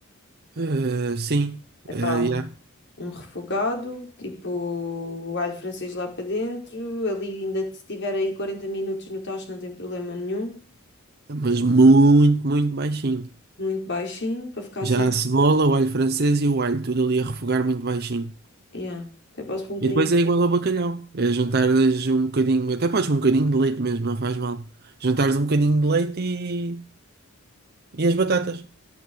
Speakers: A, on the right; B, on the left.
A: Eh, sim,
B: Epá,
A: eh, yeah.
B: Um refogado, tipo alho francês lá para dentro. Ali, ainda se tiver aí 40 minutos no tacho, não tem problema nenhum.
A: Mas muito, muito baixinho.
B: Muito baixinho, para ficar assim.
A: Já a cebola, o alho francês e o alho, tudo ali a refogar muito baixinho.
B: Yeah. Até posso pôr um bocadinho.
A: E depois é igual ao bacalhau. É jantares um bocadinho, até podes um bocadinho de leite mesmo, não faz mal. Jantares um bocadinho de leite e, e as batatas.